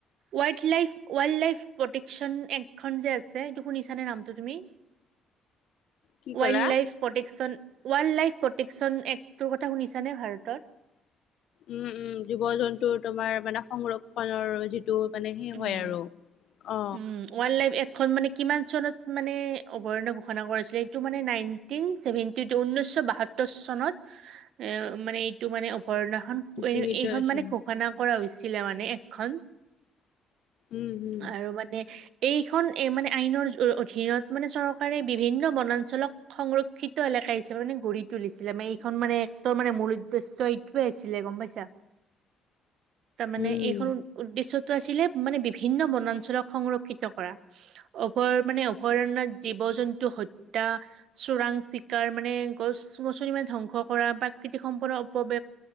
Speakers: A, on the right; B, on the left.
A: ৱাইল্ড লাইফ প্ৰতিক্স্বন এখন যে আছে শুনিছে নে নামটো তুমি?
B: কি ক'লা
A: ৱাইল্ড লাইফ প্ৰতিক্স্বন ৱাইল্ড লাইফ প্ৰতিক্স্বন এক্টটো কথা শুনিছানে ভাৰতত?
B: উম উম জীৱ জন্তুৰ তোমাৰ মানে সংৰক্ষনৰ যি তটো মানে সেই
A: উম
B: হয় আৰু অ।
A: উম ৱাইল্ড লাইফ এক্ট মানে কিমান চনত মানে অৱৰ্ণ ঘোষণা কৰিছিল? এইটো মানে নাইনটিন চেভেনটি টু উনৈশ শ বাসত্তৰ চনত এ মানে এইটো মানে ঘৰ্ণাখন
B: সেইটো
A: এইখন
B: আছিল
A: মানে ঘোষণা কৰা হৈছিলে মানে একখন।
B: উম হম
A: আৰু মানে এইখন এ মানে আইনৰ অধীনত মানে চৰকাৰে বিভিন্ন বনাঞ্চলক সংৰক্ষিত এ হিচাপে মানে গঢ়ি তুলিছিলে মানে এইখন মানে এক্টৰ মানে মূল উদ্দেশ্য এইটোয়ে আছিলে। গম পাইছা? তাৰমানানে
B: উম
A: এইখন উদ্দেশ্যতটো আছিলে মানে ভিন্ন বনাঞ্চলক সংৰক্ষিত কৰা। অভয় মানে অভয়াৰণয়ত জীৱ জন্তু এটা চোৰাং চিকাৰ মানে গছ গছনি মানে ধ্বংস কৰা প্ৰাকৃতিক সম্পদৰ অপব্য